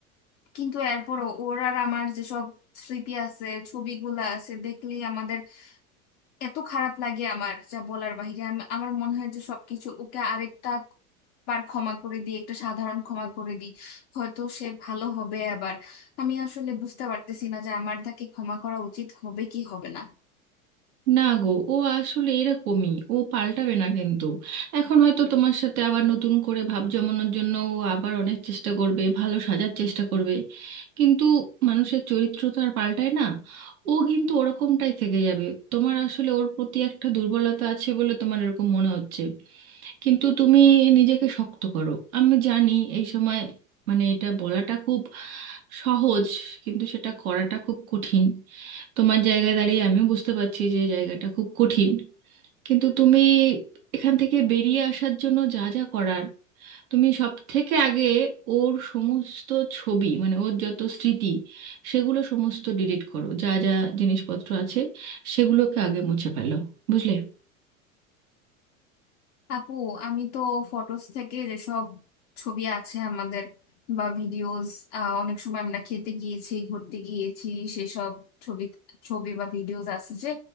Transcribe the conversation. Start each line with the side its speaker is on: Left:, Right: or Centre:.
Left: কিন্তু এরপরও ওর আর আমার যেসব স্মৃতি আছে ছবিগুলা আছে দেখলেই আমাদের এত খারাপ লাগে আমার যা বলার বাহিরে আমি আমার মনে হয় যে সবকিছু ওকে আরেকটা বার ক্ষমা করে দিই একটা সাধারণ ক্ষমা করে দিই হয়তো সে ভালো হবে আবার আমি আসলে বুঝতে পারতেছি না যে আমার তাকে ক্ষমা করা উচিত হবে কি হবে না
Right: না গো ও আসলে এরকমই ও পাল্টাবে না কিন্তু এখন হয়তো তোমার সাথে আবার নতুন করে ভাব জমানোর জন্য ও আবার অনেক চেষ্টা করবে ভালো সাজার চেষ্টা করবে কিন্তু মানুষের চরিত্র তো আর পাল্টায় না ও কিন্তু ওরকমটাই থেকে যাবে তোমার আসলে ওর প্রতি একটা দুর্বলতা আছে বলে তোমার এরকম মনে হচ্ছে কিন্তু তুমি নিজেকে শক্ত করো আমি জানি এই সময় মানে এটা বলাটা খুব সহজ কিন্তু সেটা করাটা খুব কঠিন তোমার জায়গায় দাঁড়িয়ে আমি বুঝতে পারছি যে জায়গাটা খুব কঠিন কিন্তু তুমি এখান থেকে বেরিয়ে আসার জন্য যা যা করার তুমি সব থেকে আগে ওর সমস্ত ছবি মানে ওর যত স্মৃতি সেগুলো সমস্ত ডিলিট করো যা যা জিনিসপত্র আছে সেগুলোকে আগে মুছে ফেলো বুঝলে
Left: আপু আমি তো ফটোস থেকে যেসব ছবি আছে আমাদের বা ভিডিওস অনেক সময় আমরা খেতে গিয়েছি ঘুরতে গিয়েছি সেসব ছবি ছবি বা ভিডিওস আছে যে